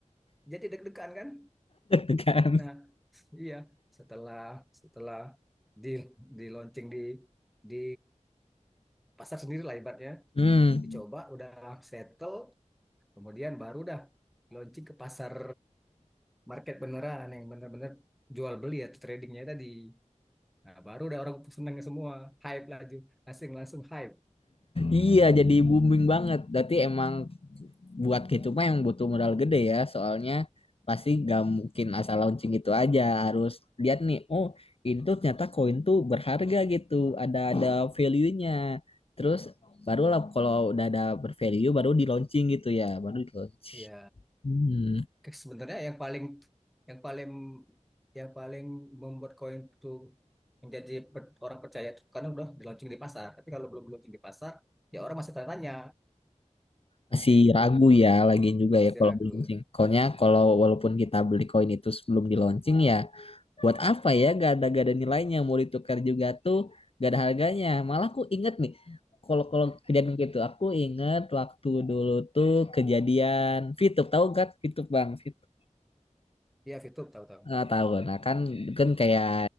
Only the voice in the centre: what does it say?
Jadi deg-degan kan?
Nah, iya setelah setelah di di launching di di pasar sendiri lah ibaratnya
dicoba udah settle kemudian baru dah launching ke pasar market beneran yang bener-bener jual beli ya tradingnya tadi nah, baru dah orang seneng semua hype laju langsung langsung hype
iya
Ke- Sebenarnya yang paling yang paling yang paling membuat koin itu menjadi per- orang percaya itu karena udah di launching di pasar. Tapi kalau belum launching di pasar, ya orang masih tanya-tanya
kayak gitu,
masih
ragu.
Iya, VTube tahu-tahu.